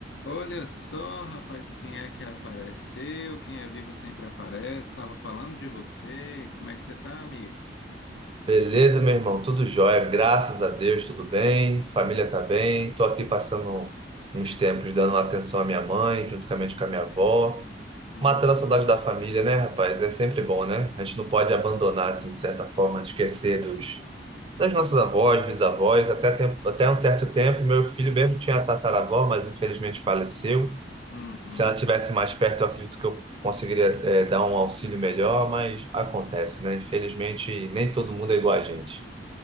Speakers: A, on the left; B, on the right.
A: Olha só, rapaz, quem é que apareceu? Quem é vivo sempre aparece. Estava falando de você. Como é que você tá, amigo?
B: Beleza, meu irmão? Tudo jóia, graças a Deus, tudo bem. Família tá bem. Tô aqui passando uns tempos dando atenção à minha mãe, juntamente com a minha avó.
A: Hum,
B: Matando a saudade da família, né, rapaz? É sempre bom, né? A gente não pode abandonar, assim, de certa forma, de esquecer dos, das nossas avós, bisavós. Até, tempo, até um certo tempo, meu filho mesmo tinha a tataravó, mas infelizmente faleceu.
A: uhum.
B: Se ela tivesse mais perto, eu acredito que eu conseguiria, eh, dar um auxílio melhor, mas acontece, né? Infelizmente, nem todo mundo é igual a gente.